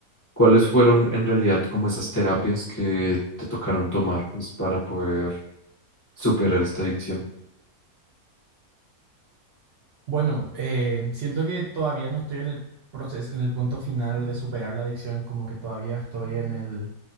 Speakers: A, on the left; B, on the right.
A: ¿Cuáles fueron en realidad como esas terapias que te tocaron tomar pues para poder superar esta adicción?
B: Bueno, eh, siento que todavía no estoy en el proceso, en el punto final de superar la adicción, como que todavía estoy en el,